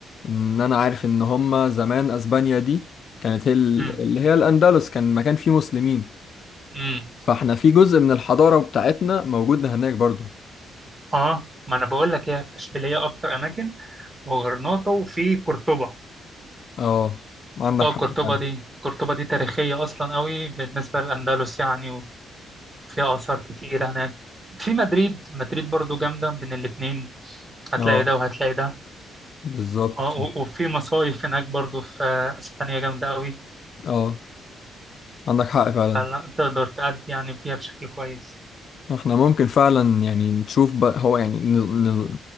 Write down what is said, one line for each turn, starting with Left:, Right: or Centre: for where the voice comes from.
Left: ان انا عارف ان هما زمان اسبانيا دي كانت هي ال-
Right: امم
Left: اللي هي الاندلس كان مكان فيه مسلمين
Right: امم
Left: فاحنا في جزء من الحضارة بتاعتنا موجود هناك برضو
Right: اه ما انا بقول لك هي في اشبيليه اكتر اماكن وغرناطه وفي قرطبه
Left: اه عندك
Right: اه
Left: حق
Right: قرطبه
Left: فعلا
Right: دي قرطبه دي تاريخيه اصلا قوي بالنسبه للاندلس يعني وفيها اثار كتير هناك في مدريد مدريد برضو جامده بين الاتنين هتلاقي
Left: اه
Right: ده وهتلاقي ده
Left: بالظبط
Right: اه و- وفي مصايف هناك برضو في آه، اسبانيا جامده قوي
Left: اه عندك حق فعلا
Right: فلا تقدر تأدي يعني فيها بشكل كويس
Left: احنا ممكن فعلا يعني نشوف بقى هو يعني ن... ن...